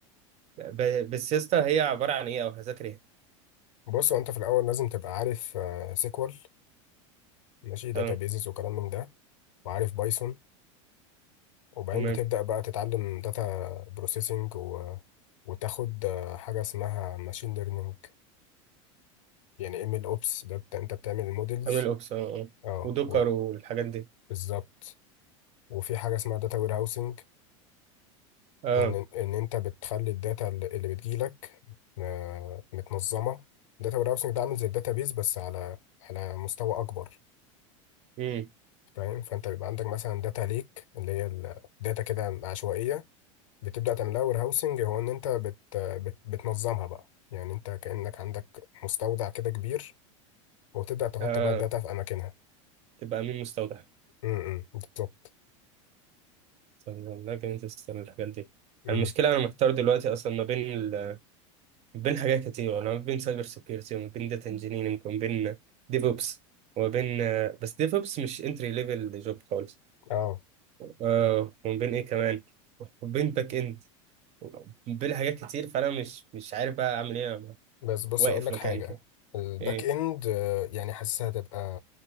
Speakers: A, on the right; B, on the left.
A: ب- بس يا اسطى هي عبارة عن ايه او هذاكر ايه
B: بص هو أنت في الأول لازم تبقى عارف آه، سيكوال ماشي داتابيزز
A: اه
B: وكلام من ده وعارف بايثون وبعدين
A: تمام
B: بتبدأ بقى تتعلم داتا بروسيسنج و... وتاخد آه، حاجة اسمها ماشين ليرنينج يعني ام ال اوبس ده بت- انت بتعمل المودلز
A: عامل اوبس اه آه.
B: اه
A: ودكر
B: و-
A: والحاجات دي
B: بالظبط وفي حاجة اسمها داتا وير هاوسنج
A: اه
B: ان ان انت بتخلي الداتا اللي اللي بتجيلك آه، متنظمة داتا وير هاوسنج ده عامل زي الداتا بيز بس على على مستوى اكبر
A: امم
B: فاهم فانت بيبقى عندك مثلا داتا ليك اللي هي الداتا كده عشوائية بتبدأ تعملها وير هاوسنج هو ان انت بت بت بتنظمها بقى يعني انت كأنك عندك مستودع كده كبير وتبدأ تحط
A: اه
B: بقى الداتا في اماكنها
A: تبقى امين مستودع
B: امم بالظبط
A: طب والله جامد السنة الحاجات دي
B: امم
A: المشكلة أنا محتار دلوقتي أصلا ما بين ال... بين حاجات كتير أنا ما بين سايبر سيكيورتي وما بين داتا انجينيرنج وما بين ديفوبس وما بين آه، بس ديفوبس مش انتري ليفل جوب خالص
B: اه
A: اه وما بين إيه كمان وما بين باك إند بين حاجات كتير فأنا مش مش عارف بقى أعمل إيه أنا
B: بس بص
A: واقف
B: اقول لك
A: مكاني
B: حاجه
A: كده
B: الباك
A: إيه
B: اند آه، يعني حاسسها هتبقى